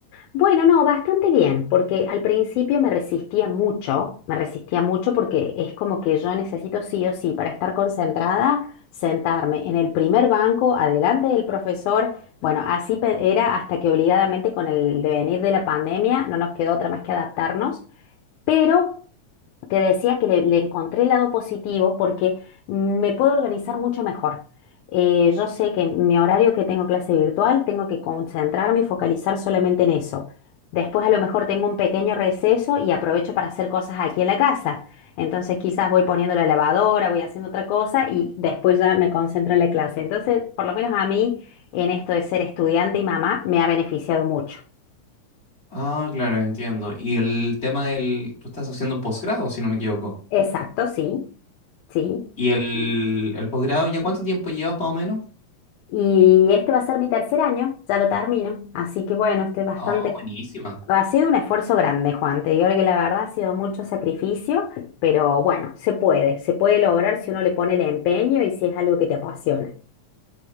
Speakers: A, on the left (about 85°); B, on the left (about 20°).
A: Bueno, no, bastante bien, porque al principio me resistía mucho, me resistía mucho porque es como que yo necesito sí o sí para estar concentrada, sentarme en el primer banco, adelante del profesor. Bueno, así pe- era hasta que obligadamente con el devenir de la pandemia no nos quedó otra más que adaptarnos, pero Te decía que le, le encontré el lado positivo porque me puedo organizar mucho mejor. Eh, yo sé que mi horario que tengo clase virtual, tengo que concentrarme y focalizar solamente en eso. Después a lo mejor tengo un pequeño receso y aprovecho para hacer cosas aquí en la casa. Entonces quizás voy poniendo la lavadora, voy haciendo otra cosa y después ya me concentro en la clase. Entonces, por lo menos a mí, en esto de ser estudiante y mamá, me ha beneficiado mucho.
B: Ah, claro, entiendo. Y el tema del... Tú estás haciendo un posgrado, si no me equivoco.
A: Exacto, sí, sí.
B: ¿Y el, el posgrado ya cuánto tiempo llevas más o menos?
A: Y este va a ser mi tercer año, ya lo termino. Así que bueno, estoy bastante...
B: Oh, buenísima.
A: Ha sido un esfuerzo grande, Juan. Te digo que la verdad ha sido mucho sacrificio, pero bueno, se puede. Se puede lograr si uno le pone el empeño y si es algo que te apasiona.